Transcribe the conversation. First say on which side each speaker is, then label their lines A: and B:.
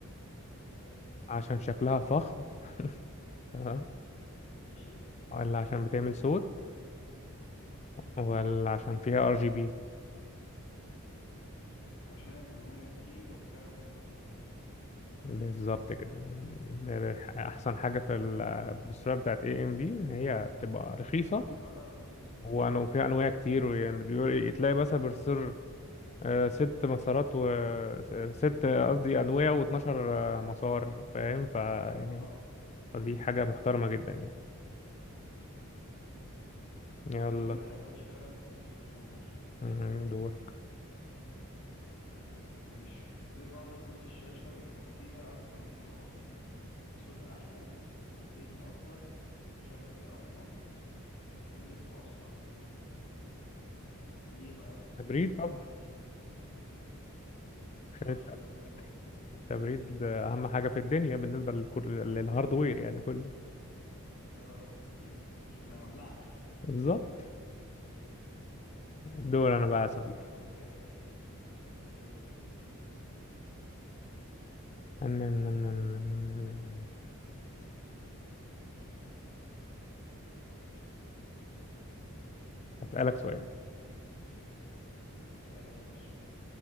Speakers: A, on the left (about 60°); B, on the left (about 30°).
A: تمام
B: عشان شكلها فخم تمام
A: ماشي
B: ولا عشان بتعمل صوت ولا عشان فيها ار جي بي
A: عشان أنواع كتير وسعر مناسب
B: بالظبط كده احسن حاجه في البروسيسورات بتاعت اي ام دي ان هي بتبقى رخيصه
A: سعرها رخيص
B: وأنا- وفيها انواع كتير ويعني تلاقي مثلا بروسيسور آه، ست مسارات و ست قصدي انويه و12 مسار فاهم فيعني
A: اه
B: فدي حاجة محترمة جدا يعني يلا
A: كده يا باشا دوري
B: مهم. دورك
A: ماشي ليه بعض كروت الشاشة بيكون فيها أكتر من مروحة صوت أحلى تبريد أفضل شكل أفخم بيلفوا أسرع ليه بقى
B: تبريد
A: قولي سبب
B: طبعا
A: ليه صح
B: عشان الت-
A: تبريد أفضل
B: التبريد ده أهم حاجة في الدنيا بالنسبة للكل... للهاردوير يعني كله
A: اه <laughs> عشان ما يولعش
B: بالظبط <laughs> دور أنا بقى يا صديقي
A: دورك يا باشا قول
B: أم- أم- أم- أم- هسألك سؤال
A: قول اسألني يا باشا